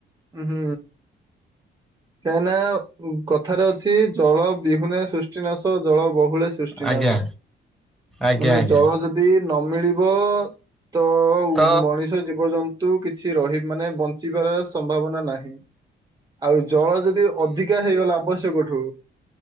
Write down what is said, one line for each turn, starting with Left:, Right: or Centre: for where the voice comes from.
Right: ଉଁ ହୁଁ। କାହିଁ ନା କଥାରେ ଅଛି ଜଳ ବିହୁନେ ସୃଷ୍ଟି ସୃଷ୍ଟିନାଶ ଜଳ ବହୁଳେ ସୃଷ୍ଟିନାଶ,
Centre: ଆଜ୍ଞା ଆଜ୍ଞା
Right: ମାନେ
Centre: ଆଜ୍ଞା।
Right: ଜଳ ଯ ଦି ନ ମିଳିବ ତ
Centre: ତ
Right: ମଣି ଜୀବଜନ୍ତୁ କିଛି ରହି ମାନେ ବଞ୍ଚିବା ସମ୍ଭାବନା ନାହିଁ। ଆଉ ଜଳ ଯଦି ଅଧିକା ହେଇଗଲା ଆବଶ୍ୟକଠୁ